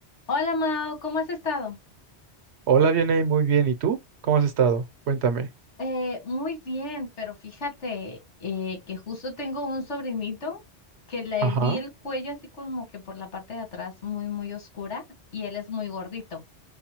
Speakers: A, on the left; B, on the right.
A: Hola Mao, ¿cómo has estado?
B: Hola, Vianey, muy bien. ¿Y tú? ¿Cómo has estado? Cuéntame.
A: Eh, muy bien, pero fíjate eh, que justo tengo un sobrinito que le
B: Ajá.
A: vi el cuello así como que por la parte de atrás muy, muy oscura y él es muy gordito.